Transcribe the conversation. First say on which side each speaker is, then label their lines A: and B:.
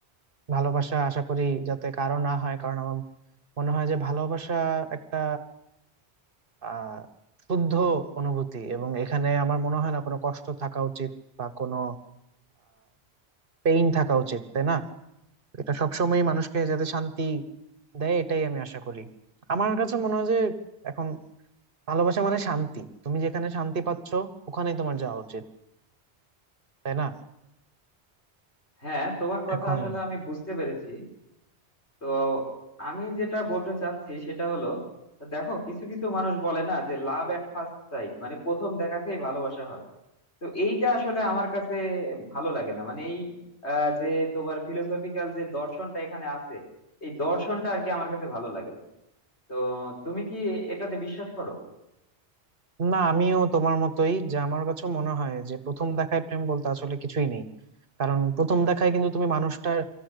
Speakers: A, on the right; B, on the left.
A: ভালোবাসা আশা করি যাতে কারো না হয় কারণ আমার মনে হয় যে ভালোবাসা একটা আহ শুদ্ধ অনুভূতি এবং এখানে আমার মনে হয় না কোনো কষ্ট থাকা উচিত বা কোনো পেইন থাকা উচিত তাই না এটা সবসময় মানুষকে যাতে শান্তি দেয় এটাই আমি আশা করি আমার কাছে মনে হয় যে এখন ভালোবাসা মানে শান্তি তুমি যেখানে শান্তি পাচ্ছ ওখানেই তোমার যাওয়া উচিত তাই না
B: হ্যাঁ তোমার কথা
A: এখন
B: আসলে আমি বুঝতে পেরেছি তো আমি যেটা বলতে চাচ্ছি সেটা হলো দেখো কিছু কিছু মানুষ বলে না যে লাভ এট ফার্স্ট সাইট মানে প্রথম দেখাতেই ভালোবাসা হয় তো এইটা আসলে আমার কাছে ভালো লাগে না মানে এই আহ, যে তোমার ফিলোসফিক্যাল যে দর্শনটা এখানে আছে এই দর্শনটা আর কি আমার কাছে ভালো লাগে না তো তুমি কি এটাতে বিশ্বাস করো
A: না আমিও তোমার মতোই যে আমার কাছে মনে হয় যে প্রথম দেখায় প্রেম বলতে আসলে কিছুই নেই কারণ প্রথম দেখায় কিন্তু তুমি মানুষটার